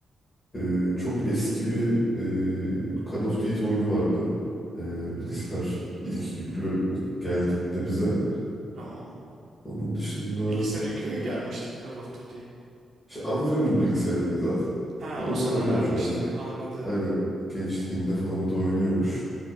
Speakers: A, on the left; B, on the right.
A: E, çok eski bir e, Call of Duty oyunu vardı. E, bilgisayar ilk yüklü geldiğinde bize.
B: Tamam.
A: Onun dışında
B: Bilgisayar yüklü mü gelmişti ki Call of Duty?
A: işte amcamın bilgisayarıydı zaten.
B: Ha,
A: Orada
B: o sana
A: oynuyormuş
B: vermişti.
A: herhalde.
B: Anladım.
A: Aynen gençliğinde falan o da oynuyormuş.